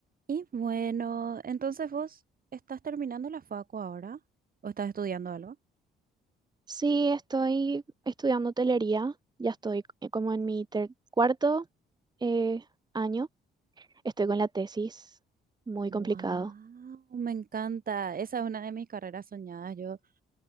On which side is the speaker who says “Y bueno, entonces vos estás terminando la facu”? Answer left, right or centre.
Right